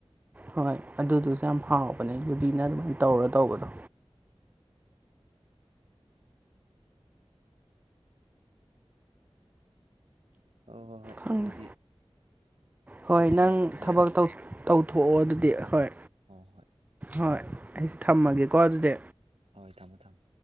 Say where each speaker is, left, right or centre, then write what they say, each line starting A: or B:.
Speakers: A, on the right; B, on the right.
A: ꯍꯣꯏ ꯑꯗꯨꯗꯨꯁꯨ ꯌꯥꯝ ꯍꯥꯎꯕꯅꯦ ꯌꯨꯕꯤꯅ ꯑꯗꯨꯃꯥꯏꯅ ꯇꯧꯔ ꯇꯧꯕꯗꯣ
B: ꯍꯣ ꯍꯣ ꯍꯣꯏ
A: ꯈꯪꯗꯦ
B: ꯑꯗꯨꯗꯤ
A: ꯍꯣꯏ
B: ꯅꯨꯡꯉꯥꯏꯅ
A: ꯅꯪ
B: ꯂꯩꯔꯣ
A: ꯊꯕꯛ ꯇꯧ ꯇꯧꯊꯣꯛꯑꯣ ꯑꯗꯨꯗꯤ
B: ꯆꯠꯊꯣꯛ
A: ꯍꯣꯏ
B: ꯍꯣꯏ ꯍꯣꯏ ꯎꯝ
A: ꯍꯣꯏ ꯑꯩ ꯊꯝꯃꯒꯦꯀꯣ ꯑꯗꯨꯗꯤ
B: ꯍꯣꯏ ꯊꯝꯃꯣ ꯊꯝ